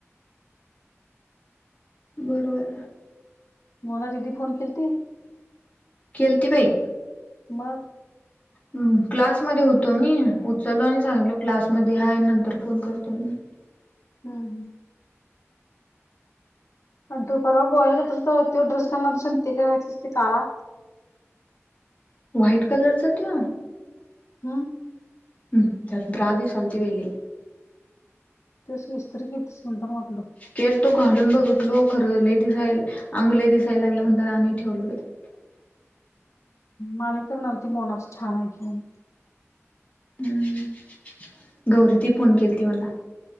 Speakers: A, on the left; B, on the left.
A: बरोबर.
B: मोना दीदी फोन केलती?
A: केलती बाई
B: मग?
A: अं क्लासमध्ये होतो मी, उचललो आणि सांगितलो क्लासमध्ये हाय, नंतर फोन करतो म्हणून <unintelligible> <inaudible>
B: हं. हं. आणि तो परवा <unintelligible> तो ड्रेस घालणार होतीस आणि तो का ड्रेस घातलीसं काळा
A: व्हाईट कलरचा तो
B: हं
A: हम्, त्यात ब्रा दिसलती बाई लय.
B: तेच की, इस्त्री केलतीस म्हणताना वाटलं ग.
A: केलतो घालून बघितलो, खर लय दिसाय अंग लय दिसायला लागलं म्हणताना आणि ठेवलो. <unintelligible> <inaudible>
B: माणिक पण म्हणालती मोनाच छान हाय कि म्हणुन
A: हम्म, गौरी ती फोन केल ती मला